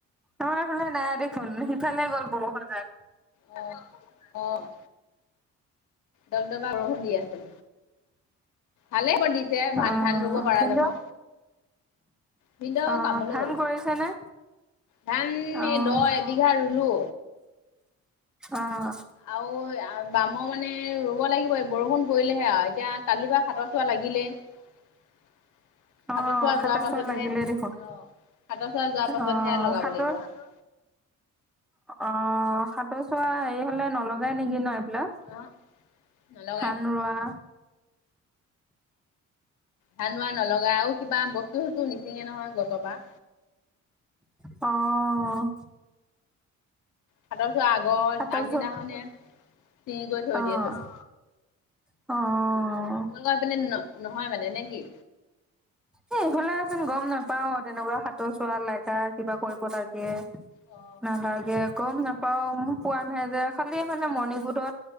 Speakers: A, in the centre; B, on the left (about 75°).
A: আমাৰ এইফালে নাই দেখোন, সিফালে গ'ল বৰষুনজাক
B: অ', অ' দপদবাই বৰষুণ দিয আছে। ভালে হ'ব দি তে ধান
A: অ
B: ধান ৰুব পৰা
A: ভিনদেউ
B: যাব। ভিনদেউ
A: অ
B: কামলৈ
A: ধান
B: গ'ল।
A: কৰিছে নে
B: ধান
A: অ
B: এই দ এবিঘা ৰুলো।
A: অ'
B: আৰু বামৰ মানে ৰুব লাগিব বৰষুণ পৰিলেহে আৰু, এতিয়া কালিপা সাতৰ চুৱা লাগিলে। <unintelligible>
A: অ',
B: সাতৰ চুৱা যোৱাৰ পাছতহে,
A: চোৱা লাগিলে দেখোন
B: অ' সাতৰ চুৱা যোৱাৰ পাছতহে
A: অ',
B: লগাব
A: সাতৰ
B: লাগিব।
A: অ' সাতৰ চুৱা হেৰি হ'লে নলগাই নেকি ন এইবিলাক
B: অ', নলগাই।
A: ধান ৰোৱা?
B: ধান ৰোৱা নলগাই, আৰু কিবা বস্তু চস্তু নিচিঙে নহয় গছৰ পৰা।
A: অ'
B: সাতৰ চুৱা আগৰ
A: সাতৰ
B: আগদিনাখনে
A: চোৱা
B: চিঙি গৈ থৈ
A: অ',
B: দিয়ে চব।
A: অ'
B: তোমালোকৰ সেইফালে ন নহয় মানে নে কি?
A: এ ইফালেচোন গ'ম নাপাও তেনেকুৱা? সাঁতৰ চুৱা লাগা কিবা কৰিব লাগে।
B: অ
A: নালাগে গ'ম নাপাওঁ মোক কোৱা নাই যে। খালি মানে
B: অ
A: মনিকূঠত